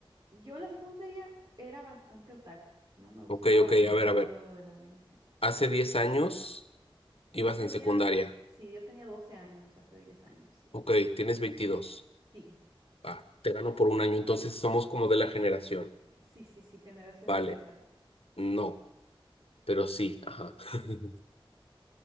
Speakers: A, on the right; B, on the left.
A: yo en la secundaria era bastante otaku, ¿no? Me gustaba
B: Ok,
A: bastante
B: ok, a ver,
A: todo
B: a ver.
A: lo del anime, sí.
B: Hace 10 años
A: Yo
B: ibas
A: tenía,
B: en secundaria.
A: sí, yo tenía 12 años, hace 10 años, sí.
B: Ok, tienes 22.
A: Sí,
B: Va, te gano por un año, entonces somos como de la generación.
A: Sí, sí, sí, generación
B: Vale.
A: Z.
B: No. pero sí, ajá. <laughs>